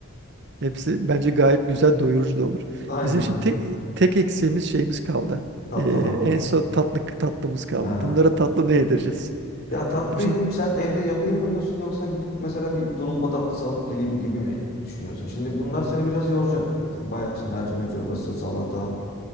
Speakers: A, on the right; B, on the left.
A: Hepsi bence gayet güzel doyurucu da olur.
B: Aynen
A: Bizim şimdi
B: aynen.
A: tek, tek eksiğimiz şeyimiz kaldı.
B: Tatlı
A: Ee,
B: mı?
A: en son tatlı tatlımız kaldı.
B: Ha.
A: Bunlara tatlı ne yedireceğiz?
B: Ya tatlıyı
A: Şimdi
B: sen evde yapayım mı diyorsun yoksa gidip mesela bir tulumba tatlısı alıp geleyim gibi mi düşünüyorsun? Şimdi bunlar seni biraz yoracak. Sen bayağı işte mercimek çorbası, salata,